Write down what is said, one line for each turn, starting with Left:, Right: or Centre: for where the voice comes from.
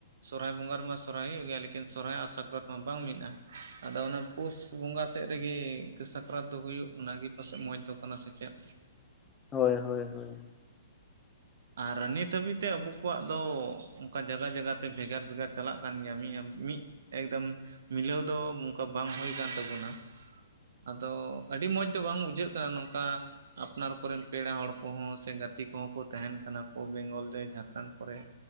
Right: ᱥᱚᱨᱦᱟᱭ ᱵᱚᱸᱜᱟ ᱨᱮᱢᱟ ᱥᱚᱨᱦᱟᱭ ᱦᱩᱭᱩᱜ ᱜᱮᱭᱟ ᱞᱮᱠᱤᱱ ᱥᱚᱨᱦᱟᱭ ᱟᱨ ᱥᱟᱠᱨᱟᱛ ᱢᱟ ᱵᱟᱝ ᱢᱤᱫ-ᱟ, ᱟᱫᱚ ᱚᱱᱟ ᱯᱩᱥ ᱵᱚᱸᱜᱟ ᱥᱮᱫ ᱨᱮᱜᱮ ᱥᱟᱠᱨᱟᱛ ᱫᱚ ᱦᱩᱭᱩᱜ ᱚᱱᱟᱜᱮ ᱯᱟᱥᱮᱡ ᱢᱚᱸᱡᱽ ᱫᱚ ᱠᱟᱱᱟ ᱥᱮ ᱪᱮᱫ᱾
Left: ᱦᱳᱭ ᱦᱳᱭ ᱦᱳᱭ
Right: ᱟᱨ ᱱᱤᱛ ᱦᱟᱹᱵᱤᱡ ᱛᱮ ᱟᱵᱚ ᱠᱚᱣᱟᱜ ᱫᱚ ᱚᱱᱠᱟ ᱡᱟᱜᱟ ᱡᱟᱜᱟᱛᱮ ᱵᱷᱮᱜᱟᱨ ᱵᱷᱮᱜᱟᱨ ᱪᱟᱞᱟᱜ ᱠᱟᱱ ᱜᱮᱭᱟ ᱢᱤᱫ ᱢᱤᱫ ᱮᱠᱫᱚᱢ ᱢᱤᱞᱟᱹᱣ ᱫᱚ ᱚᱱᱠᱟ ᱵᱟᱝ ᱦᱩᱭ ᱠᱟᱱ ᱛᱟᱵᱚᱱᱟ᱾ ᱟᱫᱚ, ᱟᱹᱰᱤ ᱢᱚᱡᱽ ᱫᱚ ᱵᱟᱝ ᱵᱩᱡᱷᱟᱹᱜ ᱠᱟᱱᱟ ᱱᱚᱝᱠᱟ ᱟᱯᱱᱟᱨ ᱠᱚᱨᱮᱱ ᱯᱮᱲᱟ ᱦᱚᱲ ᱠᱚᱦᱚᱸ ᱥᱮ ᱜᱟᱛᱮ ᱛᱮ ᱠᱚᱦᱚᱸ ᱠᱚ ᱛᱟᱦᱮᱱ ᱠᱟᱱᱟ ᱠᱚ ᱵᱮᱝᱜᱚᱞ ᱨᱮ ᱡᱷᱟᱨᱠᱟᱸᱰ ᱠᱚᱨᱮ